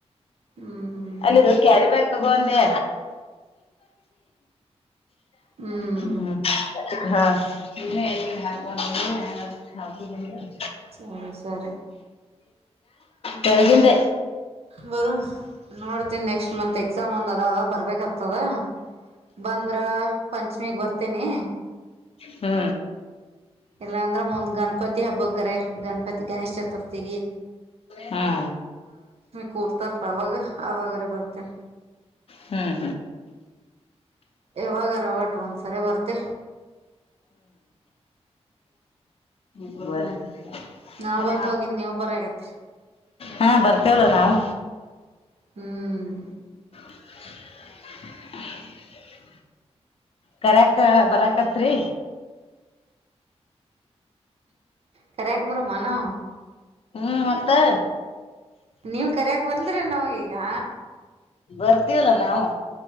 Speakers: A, on the right (about 65°); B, on the left (about 60°).
A: ಹ್ಮ್ ಹ್ಮ್
B: ಅಲ್ಲಿದು ಕ್ಯಾರಿ ಬ್ಯಾಗ ತಗೋಂದೆ
A: ಹ್ಮ್ ಹ್ಮ್
B: ಹ್ಮ ಹಾ ನೀ ಎಗ ಹಾಕುವ ಹಾತಿದ್ದ
A: ಸರಿ ಸರಿ
B: ಕೆಳಗಂಡೆ
A: ಬರ ನೋಡ್ತನಿ ನೆಕ್ಸ್ಟ ಮಂತ್ ಎಕ್ಸಾಮ್ ಒಂದ್ ಅದ ಬರ್ಬೇಕ ಆತದ ಬಂದ್ರ ಪಂಚಮಿಗ್ ಬರ್ತೀನಿ
B: ಹ್ಮ
A: ಇಲ್ಲಾಂದ್ರ ಮುಂದ್ ಗಣಪತಿ ಹಬ್ಬಕ್ರ ಗಣಪತಿ ಗಣೇಶ್ ಚತುರ್ಥಿಗೆ
B: ಹಾ
A: ಕೂರ್ತ ಅವಾಗ ಅವಾಗಾರ ಬರ್ತೇನ್
B: ಹ್ಮ್
A: ಯಾವಾಗಾರ ಒಟ್ ಒಂದ್ಸರಿ ಬರ್ತೆ
B: ಹ್ಮ್ ಹ
A: ನಾವ್ ಬಂದ್ ಹೋಗಿನ್ ನೀವ್ ಬರಾಗತ್ರಿ
B: ಹಾ ಬರ್ತೇವಲ್ಲ ನಾವು
A: ಹ್ಮ್
B: <unintelligible> ಕರಕ್ಕ ಬರಕತ್ರಿ
A: ಕರಕ ಬರ ಮಾನೋ
B: ಹ್ಞೂ ಹೊತ್ತೆ
A: ನೀವ್ ಕರ್ಯಕ್ ಬಂದ್ರಿ ನಮ್ಗ್ಡಗಗ್ಯ
B: ಬರ್ತೀವಲ್ಲ ನಾವು